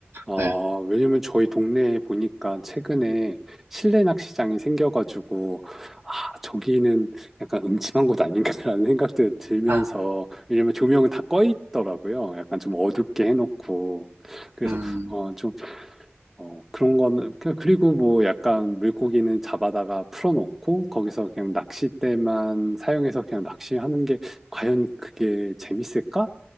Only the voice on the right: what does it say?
네.
아.
음,